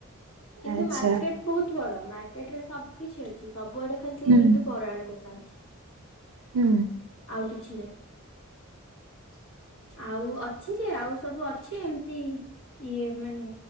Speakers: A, on the left; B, on the right.
A: କିନ୍ତୁ
B: ଆଚ୍ଛା।
A: ମାର୍କେଟ ବହୁତ ବଡ଼ ମାର୍କେଟ ରେ ସବୁ କିଛି ଅଛି ସବୁଆଡ଼େ ଖାଲିି
B: ହୁଁ
A: କିନ୍ତୁ ବରା ଆଳୁକସା ଅଛି।
B: ହୁଁ।
A: ଆଉ କିଛି ନାହିଁ ଆଉ ଅଛି ଯେ ଆଉ ସବୁ ଅ ଛି ଏମତି ଇଏ ମାନେ